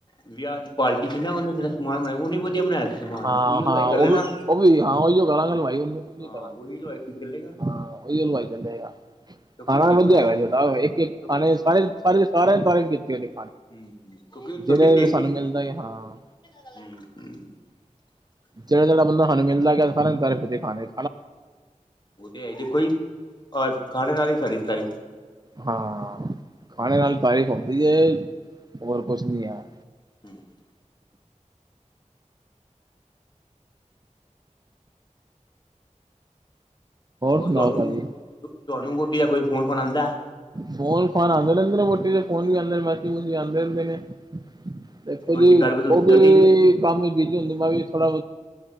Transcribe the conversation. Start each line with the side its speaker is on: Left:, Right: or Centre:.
Left: ਵਿਆਹ ਦੀ ਪਾਰਟੀ ਸੀ ਨਾ ਉਹਨੇ ਜਿਨਾ ਸਮਾਨ ਬਣਾਆ ਉਹਨੇ ਵਧੀਆ ਬਣਾਇਆ ਸੀ ਸਮਾਨ
Right: ਹਾਂ
Left: ਉਹੀ ਹਲਵਾਈ
Right: ਹਾਂ
Left: ਕਰ
Right: ਉਹ
Left: ਲੈਣਾ
Right: ਵੀ ਉਹ ਵੀ ਹਾਂ ਉਹੀਓ ਕਰਾਂਗੇ ਬਾਈ ਉਹਨੂੰ ਉਹਨੂੰ ਹੀ
Left: ਹਾਂ
Right: ਕਰਾਂਗੇ
Left: ਉਹੀ ਹਲਵਾਈ ਠੀਕ ਚੱਲੇਗਾ
Right: ਹਾਂ ਉਹੀਵਾਈ ਜਾਂਦਾ ਹੈਗਾ
Left: ਕਿਉਂਕਿ
Right: ਖਾਣਾ
Left: ਉਹਦੇ
Right: ਵਧੀਆਗਾ
Left: ਕੋਲ ਨਾ
Right: ਇੱਕ ਇੱਕ
Left: ਕਿਉਂਕਿ
Right: ਖਾਣੇ ਸਾਰੇ ਸਾਰੇ ਸਾਰਿਆਂ ਸਾਰੀਆਂ ਕੀਤੀ ਉਹਦੀ
Left: ਹੂੰ ਕਿਉਂਕਿ ਉਹ
Right: ਜਿਹੜਾ
Left: ਸਬਜ਼ੀ ਟੇਸਟੀ
Right: ਸਾਨੂੰ
Left: ਸੀ
Right: ਮਿਲਦਾ ਹਾਂ
Left: <unintelligible> ਹੂੰ
Right: ਜਿਹੜਾ- ਜਿਹੜਾ, ਬੰਦਾ ਸਾਨੂੰ ਮਿਲਦਾ ਰਿਹਾ ਹਰ ਇੱਕ, ਨੇ ਤਾਰੀਫ ਕੀਤੀ ਖਾਨੇ ਦੀ
Left: ਓਤੇ ਹ਼਼ਹੈ ਇ ਜੇ ਕੋਈ ਖਾੇ ਨਾਲ ਹੀ ਸਾਢੇ ਤਾਰੀ
Right: ਹਾਂ, ਖਾਣੇ ਨਾਲ ਤਾਰੀਫ਼ ਹੁੰਦੀ ਹੈ। ਹੋਰ ਕੁਛ ਨਹੀਂ ਹੈ।
Left: ਠੀਕ ਹੈ <unintelligible> ਹੋਰ
Right: ਸੁਣਾਓ
Left: ਤੁਹਾਨੂੰ,
Right: ਭਾਜੀ
Left: ਤੁਹਾਨੂੰ ਬੋਟੀ ਦਾ ਕੋਈ ਫੋਨ- ਫੁਨ ਆਉਂਦਾ।
Right: ਫੋਨ ਫਾਨ ਤਾਂ ਆਉਂਦੇ ਰਹਿੰਦੇ ਨੇ ਵੋਟੀ ਤੇ। ਫੋਨ ਵੀ ਆਉਂਦੇ ਨੇ ਮੈਸੇਜ ਵੀ ਆਉਂਦੇ ਰਹਿੰਦੇ ਨੇ। ਦੇਖੋ ਜੀ
Left: ਉਝ ਗੱਲਬਾਤ ਹੁੰਦੀ
Right: ਉਹ
Left: ਤੁਹਾਡੀ
Right: ਵੀ, ਕੰਮ ਬਿਜੀ ਹੁੰਦੀ। ਮੈਂ ਵੀ ਥੋੜਾ